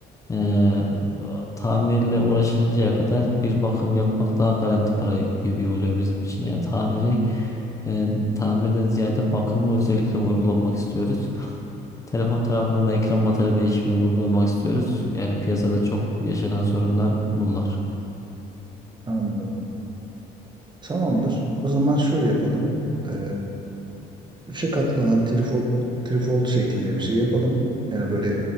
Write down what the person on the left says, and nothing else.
eee, tamirle uğraşıncaya kadar bir bakım yapmak daha garanti para gibi oluyor bizim için. Yani tamiri eee, tamirden ziyade bakımı özellikle vurgulamak istiyoruz. Telefon tarafında da ekran batarya değişimini vurgulamak istiyoruz. Yani piyasada çok yaşanan sorunlar bunlar.